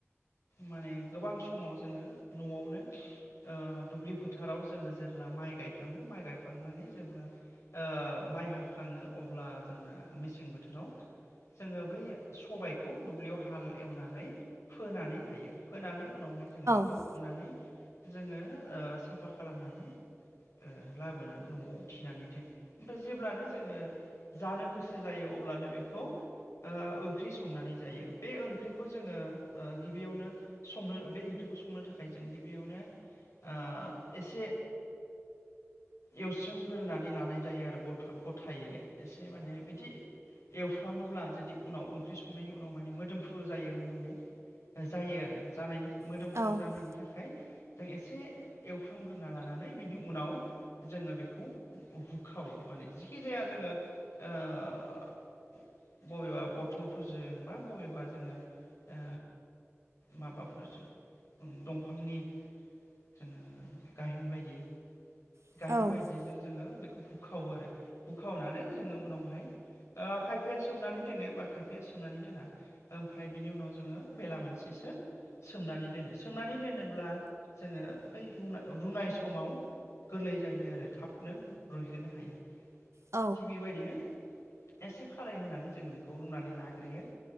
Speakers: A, on the left (about 75°); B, on the right (about 75°).
A: माने गोबां समाव जोङो न'आवनो ओ दुब्लि फोथाराव जोङो जेब्ला माइ गायखाङो माइ गायखांनानै जेब्ला ओ माइ हाखाङो अब्ला जोंना मेसें बोथोराव जोङो बै सबायखौ दुब्लियाव ह हाल एवनानै फोनानै लायो। फोनानै उनावहाय जोङो बेखौ
B: औ
A: फुनानै जोङो ओ साफ्फा खालामनानै ओ लाबोनानै न'आव थिनानै दोनो ओमफ्राय जेब्लानो जोङो जानो गोसो जायो अब्लानो बेखौ ओ ओंख्रि संनानै जायो। बे ओंख्रिखौ जोङो ओ गिबियावनो संनो बे ओंख्रिखौ संनो थाखाय जों गिबियावनो ओ एसे एवस्रोम ग्रोनानै लानाय जायो आरो गथ' गथायैनो एस से माने बिदि एवफ्र फ्रामोब्ला जुदि उनाव ओंख्रि संनायनि उनाव माने मोदोमफ्रु जायो होननानै जायो आरो जानायनि मोदोमफ्रु
B: औ
A: जानायनि थाखाय जों एसे एवफ्रामगोरना लानानै बिनि उनाव जोङो बेखौ बुखावो माने जिखि जाया जोङो ओ बबेबा बथलफोरजों बा बबेबा जोङो ओ माबाफोरजों ओं दंफांनि जोङो गाहेन बायदि
B: औ
A: गाहेन बायदिजों
B: औ
A: जोङो बेखौ बुखावो आरो बुखावनानै जोङो उनावहाय ओ खायफाया सोमनानै दोनो बा खायफाया सोमनानै दोना ओमफ्राय बिनि उनाव ज जोङो बेला मोनसेसो सोमनानै दोनो सोमनानै दोनोब्ला जोङो बैु रुना-रुनाय समाव गोरलै जायो आरो थाबनो रुइहोनो हायो।
B: औ
A: थिग बेबादिनो एसे खारै होनानै जोङो बेखौ रुनानै लाग्रोयो